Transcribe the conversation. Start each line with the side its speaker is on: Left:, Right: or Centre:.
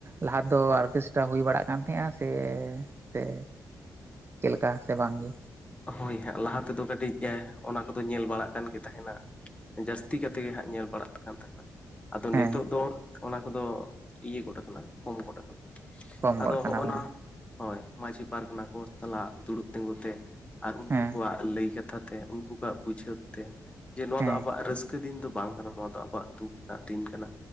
Right: ᱞᱟᱦᱟ ᱫᱚ ᱚᱨᱠᱮᱥᱴᱨᱟ ᱦᱩᱭ ᱵᱟᱲᱟᱜ ᱠᱟᱱ ᱛᱟᱸᱦᱮᱫ-ᱟ ᱥᱮ ᱥᱮ ᱪᱮᱫ ᱞᱮᱠᱟ ᱥᱮ ᱵᱟᱝ ᱜᱮ
Left: ᱦᱳᱭ ᱦᱟᱸᱜ ᱞᱟᱦᱟ ᱛᱮᱫᱚ ᱠᱟᱹᱴᱤᱡ ᱮᱸ ᱚᱱᱟ ᱠᱚᱫᱚ ᱧᱮᱞ ᱵᱟᱲᱟᱜ ᱠᱟᱱ ᱜᱮ ᱛᱟᱦᱮᱱᱟ ᱾ ᱡᱟᱹᱥᱛᱤ ᱠᱟᱛᱮ ᱜᱮ ᱦᱟᱸᱜ ᱧᱮᱞ ᱵᱟᱲᱟᱜᱼᱼ ᱛᱟᱦᱮᱱᱟ, ᱟᱫᱚ
Right: ᱦᱮᱸ
Left: ᱱᱤᱛᱚᱜ ᱫᱚ ᱚᱱᱟ ᱠᱚᱫᱚ ᱤᱭᱟᱹ ᱜᱚᱫ ᱟᱠᱟᱱᱟ ᱠᱚᱢ ᱜᱚᱫ ᱟᱠᱟᱱᱟ ᱾
Right: ᱠᱚᱢ
Left: ᱟᱫᱚ
Right: ᱜᱚᱫ ᱠᱟᱱᱟ
Left: ᱦᱚᱜᱼᱚᱭ
Right: ᱵᱚᱱ
Left: ᱱᱟ ᱦᱚᱭ ᱢᱟᱹᱡᱷᱤ ᱯᱟᱨᱜᱟᱱᱟ ᱠᱚ ᱥᱟᱞᱟᱜ ᱫᱩᱲᱩᱵ ᱛᱤᱸᱜᱩ ᱛᱮᱼᱼ ᱟᱨ ᱩᱱᱠᱩ
Right: ᱦᱮᱸ
Left: ᱠᱚᱣᱟᱜ ᱞᱟᱹᱭ ᱠᱟᱛᱷᱟ ᱛᱮ ᱩᱱᱠᱩ ᱠᱚᱣᱟᱜ ᱵᱩᱡᱷᱟᱹᱣ ᱛᱮ, ᱡᱮ ᱱᱚᱣᱟ
Right: ᱦᱮᱸ
Left: ᱫᱚ ᱟᱵᱚᱣᱟᱜ ᱨᱟᱹᱥᱠᱟᱹ ᱫᱤᱱ ᱫᱚᱼᱼ ᱵᱟᱝ ᱠᱟᱱᱟ ᱱᱚᱣᱟ ᱫᱚ ᱟᱵᱚᱣᱟᱜ ᱫᱩᱠ ᱨᱮᱱᱟᱜ ᱫᱤᱱ ᱠᱟᱱᱟ,